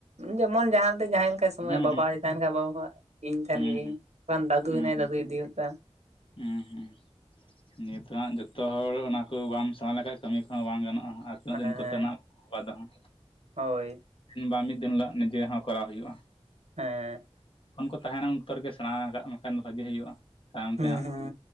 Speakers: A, on the right (about 85°); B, on the left (about 55°).
A: ᱡᱮᱢᱚᱱ ᱡᱟᱦᱟᱸ ᱫᱚ ᱡᱟᱦᱟᱸᱭ ᱞᱮᱠᱟ ᱥᱚᱢᱚᱭᱼᱟ
B: ᱦᱩᱸ
A: ᱵᱟᱵᱟᱭ
B: ᱦᱩᱸ
A: ᱛᱟᱦᱮᱱ ᱠᱷᱟ ᱵᱟᱵᱟ ᱤᱧ ᱛᱟᱦᱮᱱ
B: ᱦᱩᱸ
A: ᱜᱮᱤᱭᱟᱹᱧᱟᱱ
B: ᱦᱩᱸ
A: ᱫᱟᱫᱩ
B: ᱦᱩᱸ
A: ᱦᱮᱱᱟᱭᱼᱟ,
B: ᱦᱩᱸ
A: ᱫᱟᱫᱩ ᱤᱫᱤ ᱦᱩᱭᱩᱜᱟ᱾
B: ᱦᱩᱸ - ᱦᱩᱸ ᱱᱤᱛᱚᱜ ᱦᱟᱸᱜ ᱡᱚᱛᱚ ᱦᱚᱲ ᱚᱱᱟ ᱠᱚ ᱵᱟᱢ ᱥᱮᱬᱟ ᱞᱮᱠᱷᱟᱡ ᱠᱟᱹᱢᱤ ᱠᱚ ᱦᱚᱸ ᱵᱟᱝ ᱜᱟᱱᱚᱜᱼᱟ ᱟᱨ ᱛᱤᱱᱟᱹᱜ ᱫᱤᱱ
A: ᱦᱮᱸ
B: ᱠᱚ
A: ᱦᱮᱸ
B: ᱛᱟᱦᱮᱸᱱᱟ <unintelligible>
A: ᱦᱳᱭ᱾
B: ᱵᱟᱝ ᱢᱤᱫ ᱫᱤᱱ ᱦᱤᱞᱳᱜ ᱱᱤᱡᱮ ᱦᱚᱸ ᱠᱚᱨᱟᱣ ᱦᱩᱭᱩᱜᱼᱟ᱾
A: ᱦᱮᱸ᱾
B: ᱡᱚᱠᱷᱚᱱ ᱠᱚ ᱛᱟᱦᱮᱸᱱᱟ ᱩᱱ ᱚᱠᱛᱚ ᱨᱮᱜᱮ ᱥᱮᱬᱟ ᱠᱟᱜ ᱱᱟᱠᱷᱟᱱ ᱵᱷᱟᱜᱤ ᱦᱩᱭᱩᱜᱼᱟ᱾ ᱛᱟᱭᱚᱢ
A: ᱦᱩᱸ
B: ᱛᱮ ᱦᱟᱸᱜ
A: ᱦᱩᱸ